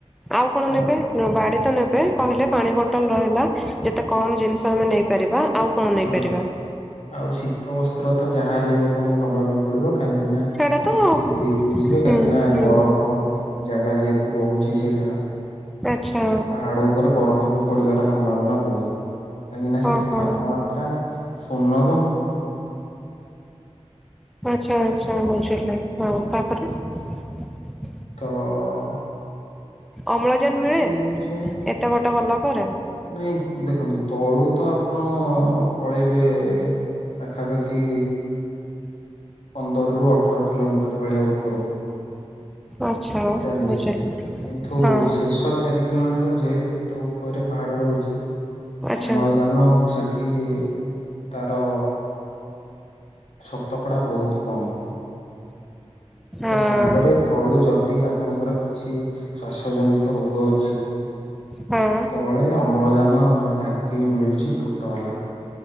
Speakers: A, in the centre; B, on the left.
A: ଆଉ କଣ
B: ତ
A: ନେବେ ନା ବାଡି ତ ନେବେ ନେବେ କହିଲେ ପାଣି ବଟଲ ରହିଲା ଯେତେ କମ୍ ଜିନିଷ ଆମେ ନେଇ ପାରିବା ଆଉ କଣ ନେଇପାରିବା
B: ହଁ ଆଉ ଶୀତ ବସ୍ତ୍ର ତ ଯାହା ହେଲେ ଆପଣଙ୍କୁ ନବା ପାଇଁ ପଡିବ କାହିଁକି ନା
A: ସେଇଟା
B: ସେଠୁ
A: ତ ହୁଁ
B: ପିନ୍ଧିକି ବି ଯିବେ କାହିଁକି ନା
A: ହୁଁ
B: ବରଫ ଜାଗା ଯେହେତୁ ରହୁଚି ସେଇଟା
A: ଆଚ୍ଛା
B: ପାହାଡ ଉପରେ ବରଫ ବି ପଡିବାର ସମ୍ଭାବନା ବହୁତ୍ କାହିଁକି ନା ସେଠି
A: ଓହୋ
B: ତାପମାତ୍ ଶୂନ,
A: ଆଛା ଆଛା ବୁଝିଲି ହଁ ତାପରେ? <inaudible>
B: ତ ଅ
A: ଅମ୍ଳଜାନ ମିଳେ
B: ଜିନିଷ ହିଁ
A: ଏତେ ବାଟ ଗଲା ପରେ
B: ନାଇଁ ଦେଖନ୍ତୁ ତଳୁ ତ ହଁ ପଳେଇବେ ପାଖାପାଖି ପନ୍ଦରରୁ ଅଠର କିଲୋମିଟର ଭଳିଆ ଉପରକୁ
A: ଆଚ୍ଛା
B: ଚାଲି
A: ବୁଝିଲି
B: ଚାଲି କିନ୍ତୁ
A: ହଁ
B: ଶେଷ ଚାରି କିଲୋମିଟର ଯେହେତୁ ଏତେ ଉ ଉପରେ ପାହାଡ ରହୁଛି
A: ଆଚ୍ଛା
B: ଅମଳଜାନ ସେଠି ତାର ଶତକଡ଼ା ବହୁତ କମ୍
A: ହଁ
B: ତ ସାଙ୍ଗରେ ତଳୁ ଯଦି ଆପଣଙ୍କର କିଛି ସସ୍ ଜନିତ ରୋଗ ଅଛି
A: ହଁ
B: ତଳେ ଅମ୍ଳଜାନ ଟାଙ୍କି ମିଳୁଛି ଛୋଟ ବାଲା।